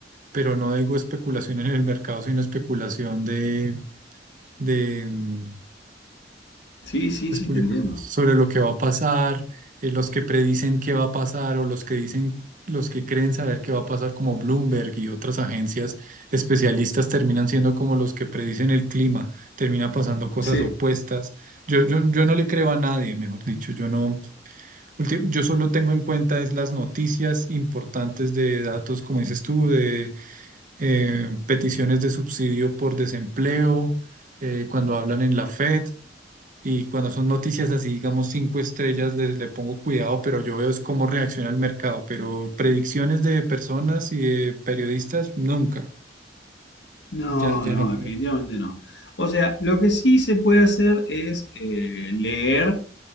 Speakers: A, on the right (about 45°); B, on the left (about 65°).
A: pero no digo especulación en el mercado, sino especulación de, de,
B: Sí, sí,
A: las
B: sí,
A: publicaciones
B: te entiendo.
A: sobre lo que va a pasar, eh, los que predicen qué va a pasar o los que dicen, los que creen saber qué va a pasar, como Bloomberg y otras agencias especialistas, terminan siendo como los que predicen el clima, termina pasando cosas
B: Sí.
A: opuestas. Yo, yo, yo no le creo a nadie, mejor dicho, yo no, ulti- yo solo tengo en cuenta es las noticias importantes de datos, como dices tú, de eh, peticiones de subsidio por desempleo, eh, cuando hablan en la FED y cuando son noticias así, digamos, cinco estrellas, les- le, pongo cuidado, pero yo veo es cómo reacciona el mercado, pero predicciones de personas y de periodistas, nunca,
B: No,
A: ya, ya
B: no,
A: no. pongo.
B: definitivamente no. O sea, lo que sí se puede hacer es eh, leer